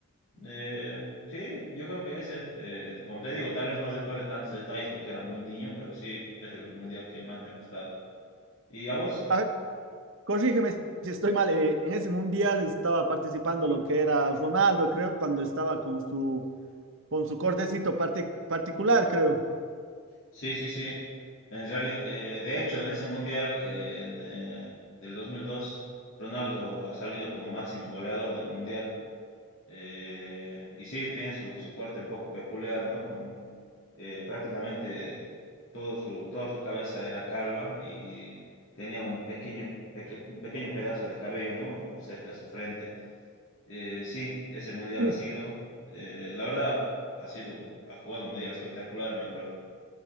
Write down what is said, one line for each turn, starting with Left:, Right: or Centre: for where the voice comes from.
Left: Eh, sí, yo creo que ese. eh, como te digo, tal vez no recuerde tantos detalles porque era muy niño, pero sí es el mundial que más me ha gustado. ¿Y a vos?
Right: A ver, corrígeme si estoy mal. eh, en ese mundial estaba participando lo que era Ronaldo, creo, cuando estaba con su, con su cortecito parte- particular, creo.
Left: Sí, sí, sí. En reali- eh, de hecho, en ese mundial eh, en, eh, del 2002, Ronaldo ha salido como máximo goleador del mundial. Eh, y sí, tenía su, su corte un poco peculiar, ¿no? Con eh, prácticamente todo su, toda su cabeza era calva y tenía un pequeño, peque- un pequeño pedazo de cabello, ¿no? Cerca a su frente. Eh, sí, ese mundial
Right: Sí.
Left: ha sido, eh, la verdad, ha sido, ha jugado un mundial espectacular, me acuerdo.